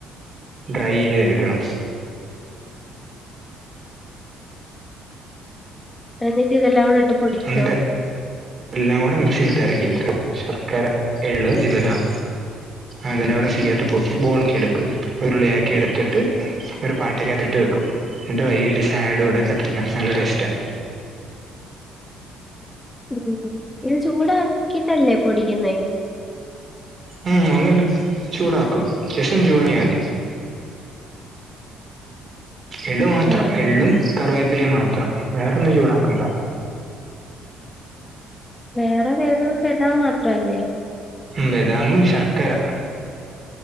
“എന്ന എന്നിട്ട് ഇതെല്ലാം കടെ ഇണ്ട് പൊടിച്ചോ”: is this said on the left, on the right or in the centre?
Left